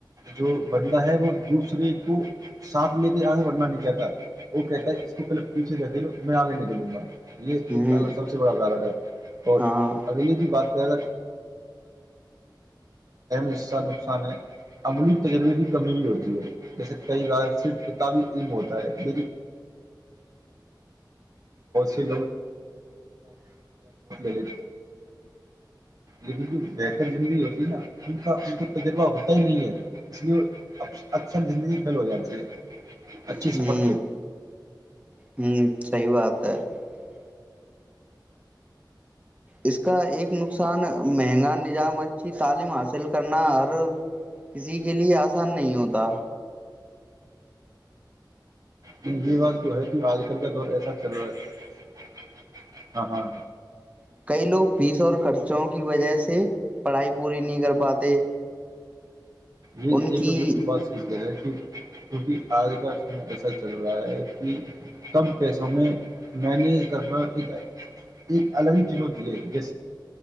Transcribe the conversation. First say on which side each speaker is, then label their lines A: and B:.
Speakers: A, on the right (about 50°); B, on the right (about 15°).
A: جو بننا ہے وہ <unintelligible> ساتھ میں بھی ائیں ورنہ نہیں جاتا وہ کہتا ہے اس کی میں اگے نکلوں گا یہ
B: ہوں
A: ایک سب سے بڑا ہے اور
B: ہاں
A: اگلے کی بات کر حصہ نقصان ہے عملی تجربے کی کمی نہیں ہوتی <inaudible> کئی بار صرف کتابی فلم ہوتا ہے <unintelligible> بہت لے لی یہ ویڈیو بہتر زندگی ہوتی نا اس کو تجربہ ہوتا ہی نہیں ہے اس لیے اب ہو جاتی ہے اچھی
B: ہوں
A: سفل
B: ہوں <unintelligible> اس کا ایک نقصان مہنگان نظام اچھی تعلیم حاصل کرنا اور کسی کے لیے اسان نہیں ہوتا
A: یہ بات تو ہے جی اج کل کا دور ایسا چل رہا ہے ہاں ہاں
B: <unintelligible> چوں کی وجہ سے پڑھائی پوری نہیں کر پاتے
A: یہ
B: ان
A: یہ
B: کی
A: تو بالکل بات صحیح کہہ رہا ہے کیونکہ اج کا اس میں ایسا چل رہا ہے کہ کم پیسوں میں میں نے کہا ہے تعلیم کی بات کرتے ہیں